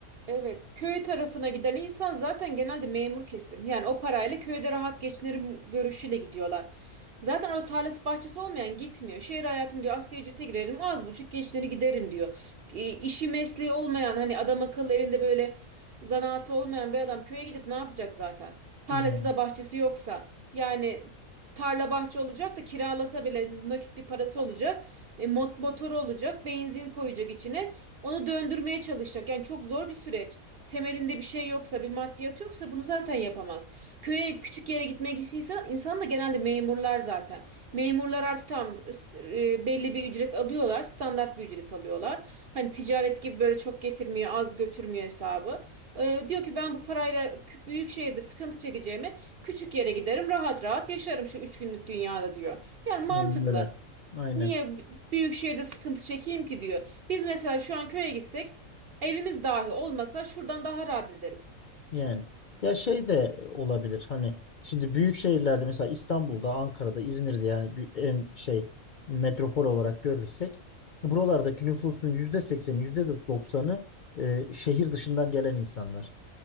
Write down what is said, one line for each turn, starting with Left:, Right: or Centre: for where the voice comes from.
Right: evet köy tarafına giden insan zaten genelde memur kesim. Yani o parayla köyde rahat geçinirim görüşüyle gidiyorlar. Zaten orada tarlası bahçesi olmayan gitmiyor. Şehir hayatım diyor asgari ücrete girerim az buçuk geçinir giderim diyor. E, işi mesleği olmayan hani adam akıllı elinde böyle zanaatı olmayan bir adam köye gidip ne yapacak zaten? Tarlası
Left: Yani,
Right: da bahçesi yoksa yani tarla bahçe olacak da kiralasa bile nakit bir parası olacak. E, mot- motoru olacak benzin koyacak içine. Onu döndürmeye çalışacak. Yani çok zor bir süreç. Temelinde bir şey yoksa, bir maddiyat yoksa bunu zaten yapamaz. Köye küçük yere gitmek istiyorsa insan da genelde memurlar zaten. Memurlar artık tam e, belli bir ücret alıyorlar, standart bir ücret alıyorlar. Hani ticaret gibi böyle çok getirmiyor, az götürmüyor hesabı. E, diyor ki ben bu parayla kü- büyük şehirde sıkıntı çekeceğime küçük yere giderim, rahat rahat yaşarım şu üç günlük dünyada diyor. Yani mantıklı.
Left: yani böyle. Aynen.
Right: Niye büyük şehirde sıkıntı çekeyim ki diyor. Biz mesela şu an köye gitsek evimiz dahi olmasa şuradan daha rahat ederiz.
Left: Yani ya şey de olabilir hani şimdi büyük şehirlerde mesela İstanbul'da, Ankara'da, İzmir'de yani bir- en şey metropol olarak görürsek buralardaki nüfusun yüzde sekseni, yüzde doksanı e, şehir dışından gelen insanlar.